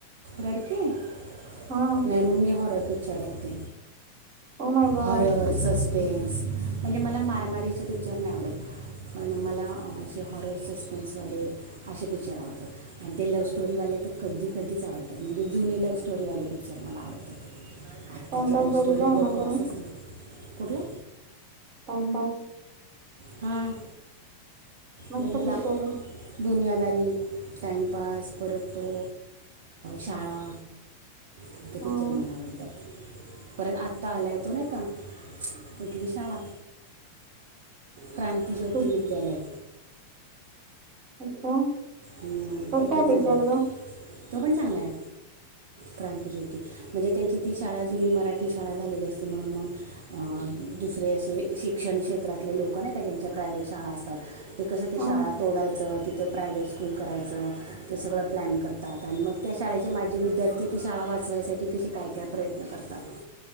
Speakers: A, on the right; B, on the right.
A: रडके नाही
B: हा
A: मी हॉरर पिक्चर बघते.
B: Oh my god
A: horror, suspense म्हणजे मला मारामारीचे पिक्चर नाही आवडत पण मला असे हॉरर, सस्पेन्सवाले असे पिक्चर आवडतात आणि ते लव्ह स्टोरीवाले तर कधी कधीच आवडतात म्हणजे जुनी लव्ह स्टोरीवाले पिक्चर मला आवडतात आत्ताची
B: टाइमपास
A: लव्ह
B: बघितला
A: स्टोरी
B: आहे
A: बकवास
B: ना तुम्ही
A: असते. कुठला?
B: टाइमपास.
A: हां
B: मस्त
A: बघितला
B: पिक्चर आहे
A: दुनियादारी, टाइमपास परत तो शाळा आणि ते पिक्चर
B: हा
A: मला आवडतात परत आत्ता आला येतो नाही का कुठली शाळा? क्रांती ज्योतिविद्यालय
B: खूप अच्छा
A: हम्म,
B: कस
A: तो
B: आहे
A: पण चांगला
B: पिक्चर?
A: तो पण चांगलाय. क्रांती ज्योती म्हणजे त्यांची ती शाळा जुनी मराठी शाळा झालेली असती म्हणून मग अं दुसरे असे शिक्षण क्षेत्रातले लोक नाही का ज्यांच्या प्रायव्हेट शाळा असतात. ते कसं ते
B: हा
A: शाळा तोडायचं तिथं प्रायव्हेट स्कूल करायच ते सगळं प्लॅन करतात आणि मग त्या शाळेचे माझी विद्यार्थी ती शाळा वाचवायसाठी कशी काय काय करतात प्रयत्न करतात.